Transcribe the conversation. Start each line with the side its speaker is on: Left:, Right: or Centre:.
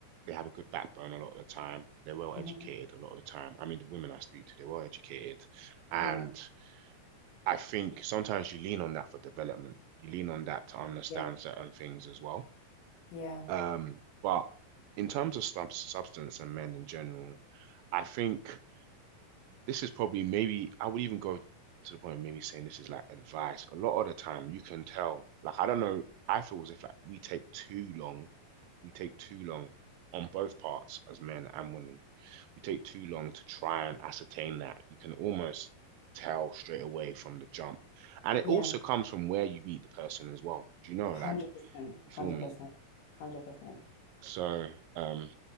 Right: they have a good backbone a lot of the time. They're well educated
Left: Mm-hmm.
Right: a lot of the time. I mean, the women I speak to, they're well educated, and
Left: Yeah.
Right: I think sometimes you lean on that for development. You lean on that to understand
Left: Yeah.
Right: certain things as well.
Left: Yeah.
Right: Um, but in terms of sub substance and men in general, I think this is probably maybe I would even go to the point of maybe saying this is like advice. A lot of the time you can tell, like I don't know, I feel as if like we take too long, we take too long on both parts as men and women. We take too long to try and ascertain that. You can almost tell straight away from the jump. And it
Left: Yeah.
Right: also comes from where you meet the person as well. Do you know,
Left: 100%.
Right: like you
Left: 100%.
Right: feel me?
Left: 100%.
Right: So um